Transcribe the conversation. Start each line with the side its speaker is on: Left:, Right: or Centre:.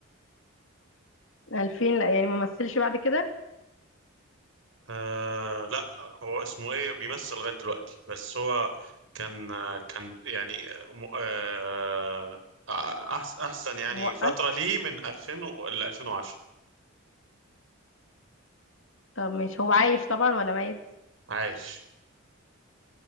Left: 2000 لا يعني ممثلش بعد كده
Right: آه لا هو اسمه ايه بيمثل لغاية دلوقتي بس هو كان آه، كان يعني آه م- آه أحس احسن يعني
Left: موقف
Right: فترة ليه من 2000 ل 2010
Left: طب ماشي هو عايش طبعا ولا ميت
Right: عايش